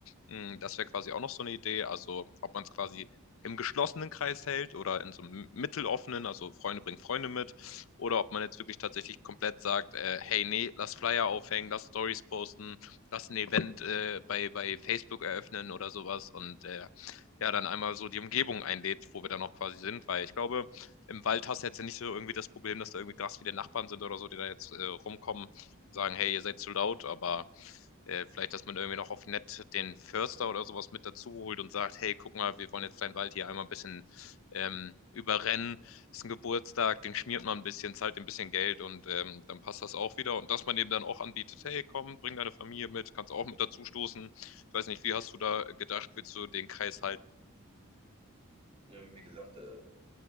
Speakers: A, on the left; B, on the right.
A: Mm, Das wäre quasi auch noch so eine Idee. Also ob man es quasi im geschlossenen Kreis hält oder in so einem mitteloffenen, also Freunde bringen Freunde mit, oder ob man jetzt wirklich tatsächlich komplett sagt, äh, hey, nee, lass Flyer aufhängen, lass Stories posten, lass ein Event äh, bei, bei Facebook eröffnen oder sowas und äh, ja, dann einmal so die Umgebung einlädt, wo wir dann auch quasi sind, weil ich glaube, im Wald hast du jetzt ja nicht so irgendwie das Problem, dass da irgendwie krass viele Nachbarn sind oder so, die da jetzt äh, rumkommen sagen, hey, ihr seid zu laut, aber äh, vielleicht, dass man irgendwie noch auf nett den Förster oder sowas mit dazu holt und sagt, hey, guck mal, wir wollen jetzt deinen Wald hier einmal ein bisschen ähm, überrennen. Ist ein Geburtstag, den schmiert man ein bisschen, zahlt ein bisschen Geld und ähm, dann passt das auch wieder. Und dass man eben dann auch anbietet, hey, komm, bring deine Familie mit, kannst auch mit dazu stoßen. Ich weiß nicht, wie hast du da gedacht, willst du den Kreis halten?
B: Ähm, wie gesagt, äh,